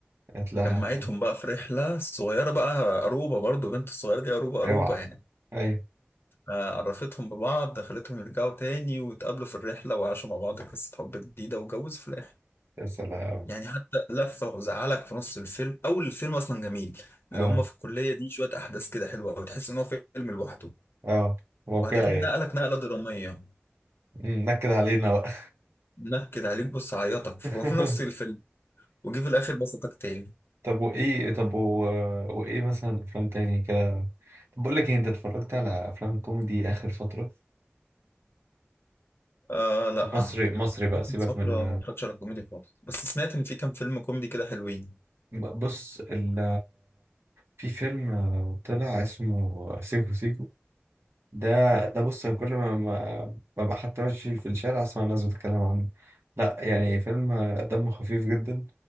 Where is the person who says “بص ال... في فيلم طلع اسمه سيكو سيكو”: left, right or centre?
Right